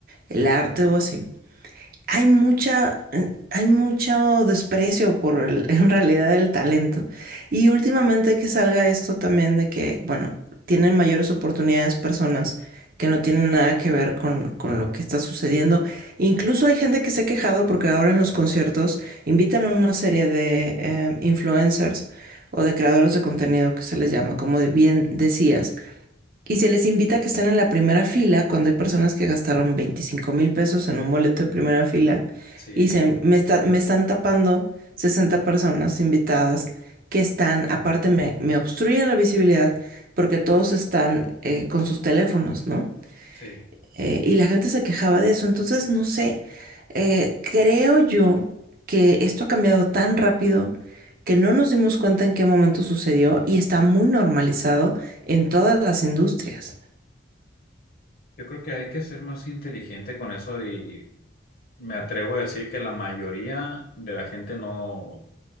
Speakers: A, on the right; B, on the left.
A: el arte o así, hay mucha, hay mucho desprecio por el- <laughs> en realidad el talento. Y últimamente que salga esto también de que, bueno, tienen mayores oportunidades personas que no tienen nada que ver con, con lo que está sucediendo. Incluso hay gente que se ha quejado porque ahora en los conciertos invitan a una serie de eh, influencers o de creadores de contenido que se les llama, como de- bien decías y se les invita a que estén en la primera fila cuando hay personas que gastaron veinticinco mil pesos en un boleto de primera fila
B: Sí,
A: y dicen, me está- me están tapando 60 personas invitadas que están, aparte me, me obstruyen la visibilidad porque todos están eh, con sus teléfonos, ¿no?
B: sí.
A: Eh, y la gente se quejaba de eso. Entonces, no sé, eh, creo yo que esto ha cambiado tan rápido que no nos dimos cuenta en qué momento sucedió y está muy normalizado en todas las industrias.
B: Yo creo que hay que ser más inteligente con eso y Me atrevo a decir que la mayoría de la gente no,